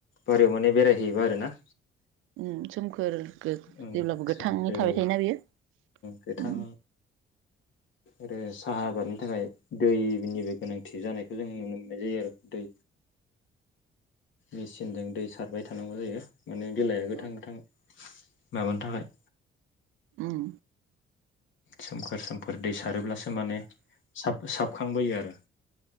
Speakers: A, on the left; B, on the right.
A: बारियाव माने बेरायहैयोबा आरो ना
B: उम सोमखोर गो
A: उम
B: जेब्लाबो गोथाङै
A: सोमखोर
B: थाबाय थायोना बियो
A: गोथां
B: उम
A: आरो साहा आबादनि थाखाय दैनिबो गोनांथि जानायखौ जों नुनो मोननाय जायो आरो दै मेचिनजों दै सारबाय थानांगौ जायो माने बिलाइआ गोथां
B: औ
A: गोथां माबानि थाखाय
B: उम
A: सोमखोर सोमखोर दै सारोब्लासो माने साप साप हाबखांबोयो आरो